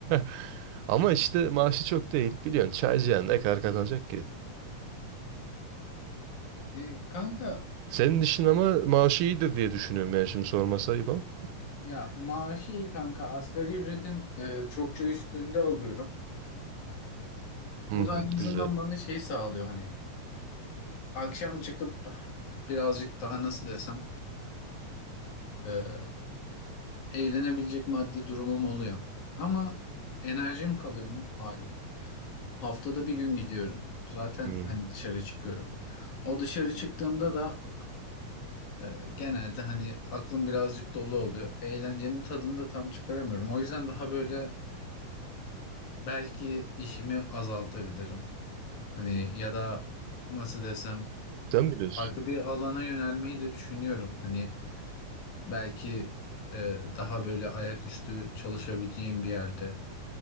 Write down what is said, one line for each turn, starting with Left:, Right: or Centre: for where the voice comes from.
Right: <laughs> Ama işte maaşı çok değil. Biliyorsun çaycı yani ne kadar kazanacak ki?
Left: E, kanka
Right: Senin işin ama maaşı iyidir diye düşünüyorum yani şimdi sorması ayıp ama.
Left: Ya maaşı iyi kanka. Asgari ücretin e, çokça üstünde alıyorum.
Right: Hı
Left: Bu
Right: hı,
Left: da en azından
Right: güzel.
Left: bana şey sağlıyor hani akşam çıkıp birazcık daha nasıl desem e, eğlenebilecek maddi durumum oluyor. Ama enerjim kalıyor mu? Hayır. Haftada bir gün gidiyorum. Zaten
Right: Hı.
Left: hani dışarı çıkıyorum. O dışarı çıktığımda da e, genelde hani aklım birazcık dolu oluyor. Eğlencenin tadını da tam çıkaramıyorum. O yüzden daha böyle belki işimi azaltabilirim. Hani ya da nasıl desem
Right: Sen biliyorsun.
Left: farklı bir alana yönelmeyi de düşünüyorum. Hani belki e, daha böyle ayaküstü çalışabileceğim bir yerde.